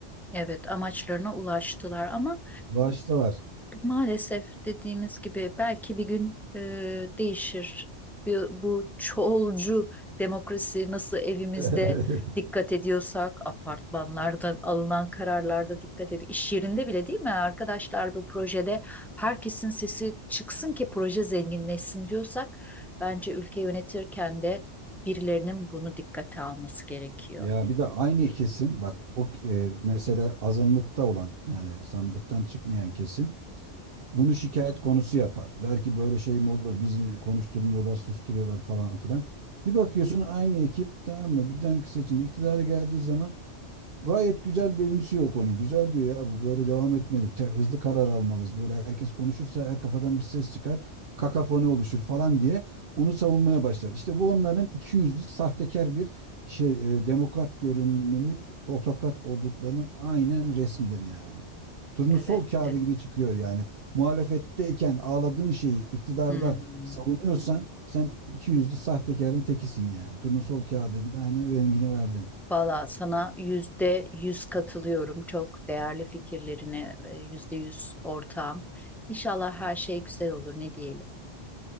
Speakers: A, in the centre; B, on the right.
A: Evet, amaçlarına ulaştılar ama
B: Bağıştalar.
A: Maalesef dediğimiz gibi belki bir gün e, değişir. Bir- bu çoğulcu demokrasi nasıl evimizde
B: <laughs>
A: dikkat ediyorsak, apartmanlarda alınan kararlarda dikkat ediyor. İş yerinde bile değil mi arkadaşlar bu projede herkesin sesi çıksın ki proje zenginleşsin diyorsak bence ülke yönetirken de birilerinin bunu dikkate alması gerekiyor.
B: Ya bir de aynı kesim bak o e, mesela azınlıkta olan yani sandıktan çıkmayan kesim bunu şikayet konusu yapar. Der ki böyle şey mi olur bizi konuşturmuyorlar susturuyorlar falan filan. Bir bakıyorsun aynı ekip tamam mı bir dahaki seçimde iktidara geldiği zaman Gayet güzel benimsiyor o konu. Güzel diyor ya bu böyle devam etmeli. Te- hızlı karar almalıyız. Böyle herkes konuşursa her kafadan bir ses çıkar. Kakafoni oluşur falan diye onu savunmaya başlar. İşte bu onların iki yüzlü sahtekar bir şey e, demokrat görünümlü otokrat olduklarının aynen resmidir yani. Turnusol
A: Evet,
B: kağıdı
A: evet.
B: gibi çıkıyor yani. Muhalefetteyken ağladığın şeyi iktidarda
A: Hı hı.
B: savunuyorsan sen iki yüzlü sahtekarın tekisin yani. Turnusol kağıdına hemen rengini verdin.
A: Valla sana yüzde yüz katılıyorum. Çok değerli fikirlerine e, yüzde yüz ortağım. İnşallah her şey güzel olur ne diyelim.